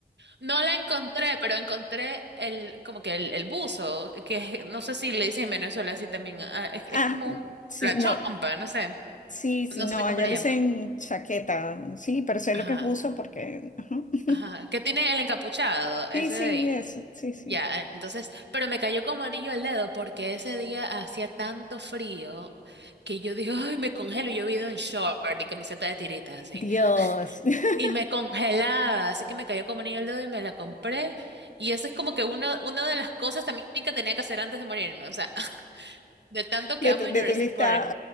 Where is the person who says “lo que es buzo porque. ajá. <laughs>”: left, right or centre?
Left